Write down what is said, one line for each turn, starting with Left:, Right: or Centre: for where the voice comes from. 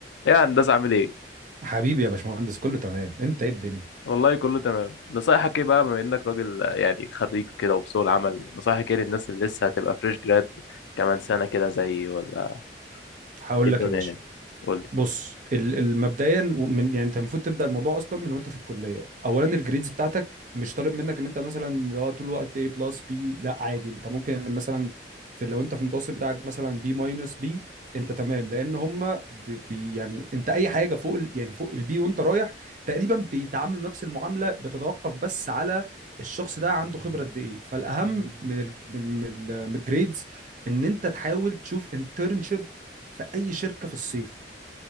Left: ايه يا هندسة عامل ايه؟
Right: حبيبي يا باشمهندس كله تمام انت ايه الدنيا
Left: والله كله تمام نصايحك ايه بقى بما انك راجل آه، يعني خريج كده وفي سوق العمل نصايحك ايه للناس اللي لسه هتبقى فريش جراد كمان سنة كده زيي ولا
Right: هقول
Left: ايه الدنيا
Right: لك يا باشا
Left: يعني؟ قول لي
Right: بص ال- ال- مبدئيا من يعني انت المفروض تبدا الموضوع اصلا من وانت في الكليه اولا الجريدز بتاعتك مش طالب منك ان انت مثلا لو طول الوقت A بلس بي لا عادي انت ممكن مثلا في لو انت في المتوسط بتاعك مثلا بي ماينس بي انت تمام لان هم بي يعني انت اي حاجه فوق ال- يعني فوق البي وانت رايح تقريبا بيتعاملوا نفس المعامله بتتوقف بس على الشخص ده عنده خبره قد ايه فالاهم من ال من من ال- من الجريدز ان انت تحاول تشوف انترنشيب في اي شركه في الصيف